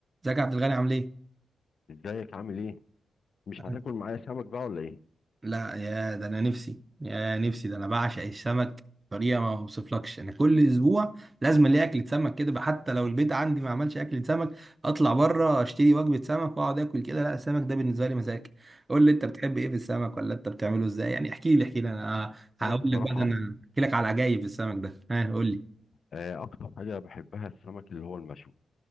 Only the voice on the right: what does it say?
ازيك يا عبد الغني عامل ايه؟
أنا-
لا يا ده انا نفسي يا نفسي ده انا بعشق السمك بطريقه ما اوصفلكش انا كل اسبوع لازم الاقي اكله سمك كده بقى حتى لو البيت عندي ما عملش اكله سمك اطلع بره اشتري وجبه سمك واقعد اكل كده لا السمك ده بالنسبه لي مزاج قول لي انت بتحب ايه في السمك ولا انت بتعمله ازاي يعني احكي لي احكي لي انا هقول
لك بقى ده انا احكي لك على عجايب في السمك ده ها قول لي